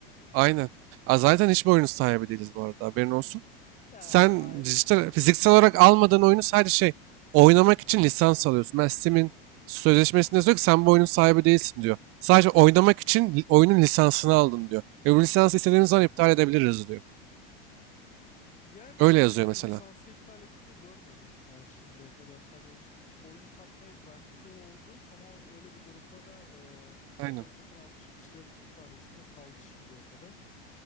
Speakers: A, on the right (about 50°); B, on the left (about 25°).
A: Aynen. Aa, zaten hiçbir oyunun sahibi değiliz bu arada. Haberin olsun.
B: Ya
A: Sen
B: o ayrı
A: dijital,
B: bir şey.
A: fiziksel olarak almadığın oyunu sadece şey oynamak için lisans alıyorsun. Ben Steam'in sözleşmesinde yazıyor ki sen bu oyunun sahibi değilsin diyor. Sadece oynamak için li- oyunun lisansını aldın diyor. Ve bu lisansı istediğimiz zaman iptal edebiliriz diyor.
B: Yani
A: Öyle
B: Steam'in
A: yazıyor mesela.
B: lisansı iptal ettiğini görmedim ben şimdiye kadar. Hani oyunu satmayı bıraktığı oldu ama öyle bir durumda da e, zaten
A: Aynen.
B: satın almış kişilerin kütüphanesinde kaldı şimdiye kadar.